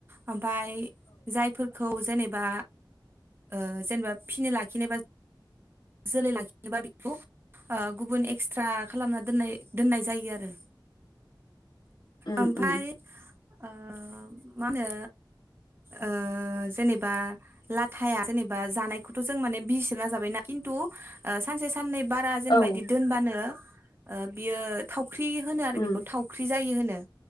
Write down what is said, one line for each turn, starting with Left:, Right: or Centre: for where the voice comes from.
Right: ओम फाय जायफोरखौ जेनेबा ओ जेनेबा फिनो लाखिनोबा जोलै लाखिनोबा बेखौ ओ गुबुन एक्सट्रा खालामना दोननाय दोननाय जायो आरो
Left: उम
Right: ओमफाय
Left: उम
Right: ओ मा होनो ओ जेनेबा लाथाया जेनेबा जानायखौथ' जों माने बिजिरना जाबाय ना खिन्थु ओ सानसे साननै बारा जेनेबा
Left: औ
Right: इदि दोनबानो ओ बियो थाव ख्रि होनो आरो
Left: उम
Right: बेखौ थाव जायो होनो